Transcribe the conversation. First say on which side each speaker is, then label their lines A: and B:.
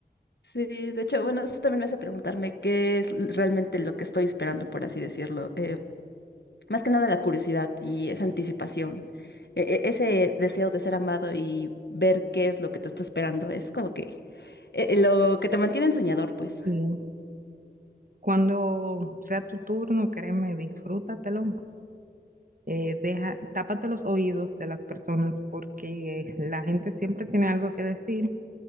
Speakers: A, on the left; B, on the right.
A: sí, de hecho, bueno, eso también me hace preguntarme qué es realmente lo que estoy esperando, por así decirlo. eh, Más que nada la curiosidad y esa anticipación, e- e- ese deseo de ser amado y ver qué es lo que te está esperando, es como que eh, eh, lo que te mantiene soñador, pues.
B: Y cuando sea tu turno, créeme, disfrútatelo, eh, deja, tápate los oídos de las personas porque la gente siempre tiene algo que decir,